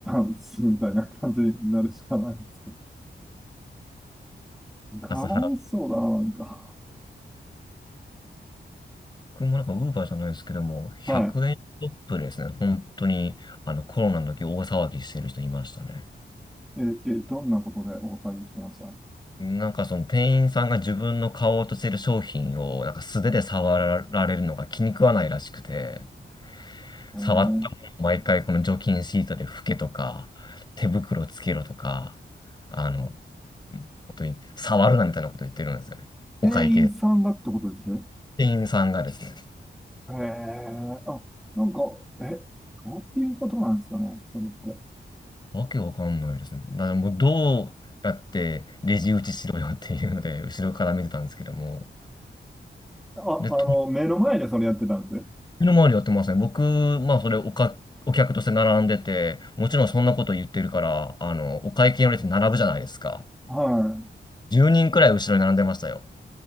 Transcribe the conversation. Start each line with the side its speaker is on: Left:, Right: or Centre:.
Centre: 慢するみたいな感じになるしかないんですかね。かわいそうだな、
Left: 笠原。
Centre: なんか。
Left: 僕もなんか、ウーバーじゃないですけども、100円ショップですね。
Centre: はい。
Left: 本当に、あの、コロナの時大騒ぎしてる人いましたね。
Centre: え、え、どんなことで大騒ぎしてました
Left: なんかその店員さんが自分の買おうとしてる商品をなんか素手で触られるのが気に食わないらしくて、
Centre: えー、
Left: 触ったものを毎回この除菌シートで拭けとか、手袋つけろとか、あの、本当に触るなみたいなこと言ってるんですよね。お会計。
Centre: 店員さんがってことです
Left: 店員さんがですね。
Centre: へえ、あ、なんか、え、どういうことなんですかね、それって。
Left: わけわかんないですね。だからもうどうやってレジ打ちしろよっていうので、後ろから見てたんですけども。
Centre: あ、
Left: で、とっ
Centre: あの、目の前でそれやってたんです。
Left: の周りやってません。僕、まあそれおか、お客として並んでて、もちろんそんなこと言ってるから、あの、お会計の列並ぶじゃないですか。
Centre: は
Left: 10人くらい後ろに並んでましたよ。